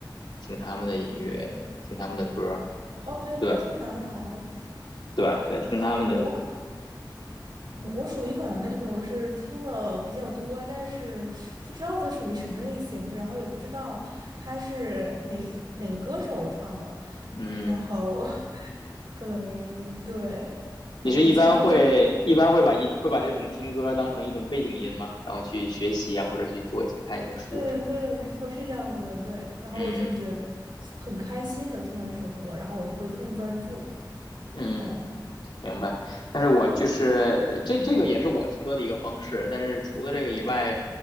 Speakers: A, on the left (about 80°); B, on the right (about 70°).
A: 听他们的音乐，听他们的歌。
B: 哦，对，
A: 对
B: 后街男孩，
A: 对对，听他们的歌。
B: 嗯、我可嗯我属于可能那种是听的比较多，但是不知道它属于什么类型，然后也不知道他是哪哪个歌手唱的，
A: 嗯，
B: 然后 <laughs> 可能对，
A: 你是一般会一般会把音会把这种听歌当成一种背景音吗？
B: 然后也记不住他。
A: 然后去学习啊，或者去做一些看一些书什么的。
B: 对对对的，没错，是这样子的，对。然后我就觉得
A: 嗯
B: 很开心能听到这首歌，然后我会更专注。
A: 嗯。
B: 嗯
A: 明白，但是我就是这这个也是我听歌的一个方式，但是除了这个以外，